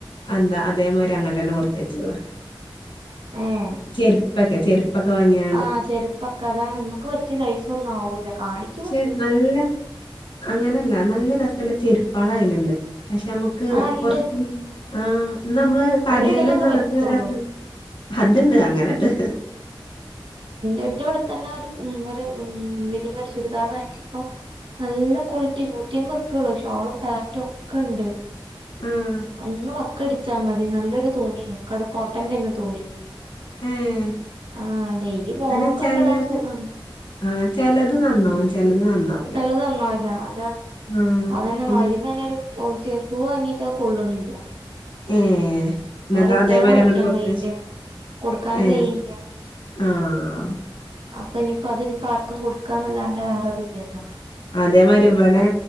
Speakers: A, on the left; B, on the right.
A: എന്താ അതേമാരി അങ്ങട്ട് തന്നെ കൊടുത്തയച്ച്ക്ക്ണ്
B: ഏഹ്
A: ചെരുപ്പൊക്കെ ചെരുപ്പൊക്കെ വാങ്ങിയ
B: ആഹ് ചെരുപ്പൊക്കെ അതാണ് നമ്മുക്ക് പറ്റിയ സൈസ ഒന്നും ആവൂല കാണി
A: പക്ഷെ നല്ല അങ്ങനെയല്ല നല്ല രസല്ല ചെരുപ്പാളയലുണ്ട് പക്ഷെ നമ്മുക്ക്
B: ആഹ്
A: ക്കു
B: ഇണ്ട്
A: പൊറത്ത്ന്ന് ആ നമ്മള് കടയിലൊന്നും
B: ഒരിടലൊക്കെ
A: അങ്ങനത്തെ
B: പറ്റുള്ളൂ
A: രസം അത്ണ്ട് അങ്ങനെണ്ട്.
B: എന്റെ ഇവിടെ തന്നെ ഒരു ഉം ഒരു ഉം റെഡിമേഡ് ചുരിദാർ വാങ്ങിക്കുമ്പോൾ നല്ല കോൾട്ടി നൂറ്റി അയ് പത് റൂപ്യേള്ളൂ ഷോളും പാൻ്റും ഒക്കെണ്ട്
A: ആഹ്
B: ഒന്ന് വക്കടിച്ചാ മതി നല്ലൊരു തുണിയും കട കോട്ടൻ ന്റെന് തുണി
A: ഏഹ്
B: ആഹ് ഡെയ്‌ലി പോണോർ
A: അയിന്
B: ക്കൊക്കെ
A: ചെലത്
B: ടാൻ സുഗാ ണ്
A: ആഹ് ചെ ലത് നന്നാവും ചെ ലത് നന്നാവൂല
B: ചെ ലത് നന്നാവുല്ല അതാണ്
A: ആഹ്
B: അതെന്നെ
A: ഒന്ന്
B: മാളിമ്മേനൊരു ഒരു ബൂം ചെ ഷൂ വാങ്ങീ ട്ടത് കൊള്ള് ണില്ല
A: ഉം എന്നിട്ടാ
B: റിട്ടേണും
A: അതേമാരി
B: അടിക്കാൻ
A: അങ്ങോട് കൊടുത്തെച്ച്
B: കഴിയില്ല കൊടുക്കാനും
A: ഏഹ്
B: കഴിയില്ല
A: ആഹ്
B: അപ്പൊ ഇനിയിപ്പോ അതിനിയിപ്പം ആർക്കും കൊടുക്കാന്നല്ലാണ്ട് വേറെതില്ലല്ലോ
A: അതെ മാ രി ഇവിടെ